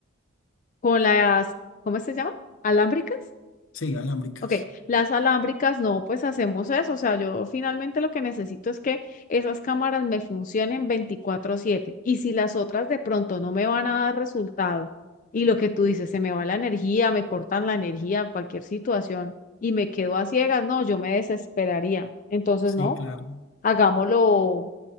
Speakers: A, on the left; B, on the left.
A: con las, ¿cómo se llama? ¿Alámbricas?
B: Sí, alámbricas.
A: Ok, las alámbricas, no, pues hacemos eso. O sea, yo finalmente lo que necesito es que esas cámaras me funcionen veinticuatro siete. Y si las otras de pronto no me van a dar resultado, y lo que tú dices, se me va la energía, me cortan la energía, cualquier situación, y me quedo a ciegas, no, yo me desesperaría. Entonces,
B: Sí,
A: no,
B: claro.
A: hagámoslo